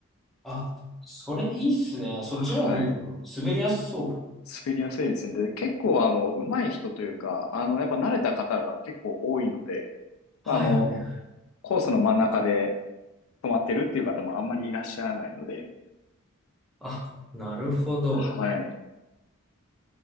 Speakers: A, in the centre; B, on the left.
A: あそれいいっすね。そっちの方がいいのかな滑りやすそう。
B: はい。滑りやすいですね。で、結構あの、上手い人というか、あの、やっぱ慣れた方が結構多いので、
A: はいはいはい。
B: まあ、あの、コースの真ん中で止まってるっていう方もあんまりいらっしゃらないので、
A: あ、なるほど。
B: はい。